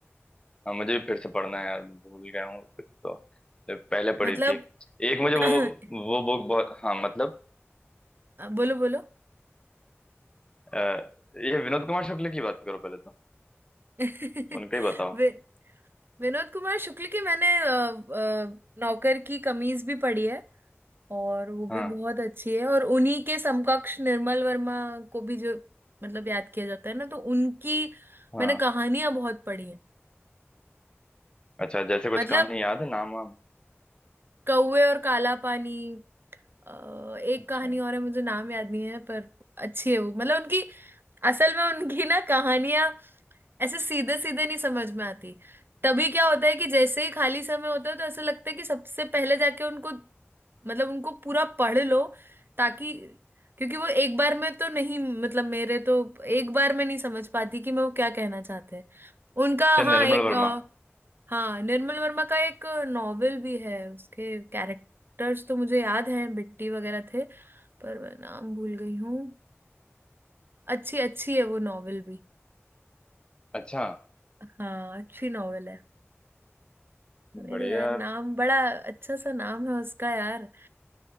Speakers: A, on the left; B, on the right.
A: हाँ मुझे भी फिर से पढ़ना है यार मैं भूल गया हूँ कुछ तो जो पहले पढ़ी
B: मतलब
A: थी एक मुझे
B: <clears throat>
A: वो वो बुक बहुत हाँ मतलब
B: बोलो बोलो
A: अ, ये विनोद कुमार शुक्ल की बात करो पहले तो
B: <laughs>
A: उनका ही बताओ
B: वि, विनोद कुमार शुक्ल की मैंने अ, अ, नौकर की कमीज भी पढ़ी है और वो
A: हाँ
B: भी बहुत अच्छी है और उन्हीं के समकक्ष निर्मल वर्मा को भी जो मतलब याद किया जाता है ना तो उनकी
A: हाँ
B: मैंने कहानियां बहुत पढ़ी हैं
A: अच्छा जैसे कुछ
B: मतलब
A: कहानी याद है नाम वाम
B: कौवे और काला पानी अ, एक
A: अच्छा
B: कहानी और है मुझे नाम याद नहीं है पर अच्छी है वो मतलब उनकी असल में उनकी ना कहानियां ऐसे सीधे सीधे नहीं समझ में आती तभी क्या होता है कि जैसे ही खाली समय होता है तो ऐसा लगता है कि सबसे पहले जाके उनको मतलब उनको पूरा पढ़ लो ताकि क्योंकि वो एक बार में तो नहीं मतलब मेरे तो एक बार में नहीं समझ पाती कि मैं वो क्या कहना चाहते हैं उनका
A: क्या निर्मल
B: हाँ एक
A: वर्मा
B: अ, हाँ निर्मल वर्मा का एक नॉवेल भी है उसके कैरेक्टर्स तो मुझे याद हैं बिट्टी वगैरह थे पर मैं नाम भूल गई हूँ अच्छी अच्छी है वो नॉवेल भी
A: अच्छा
B: हाँ अच्छी नॉवेल है अरे
A: बढ़िया
B: यार
A: यार
B: नाम बड़ा अच्छा सा नाम है उसका यार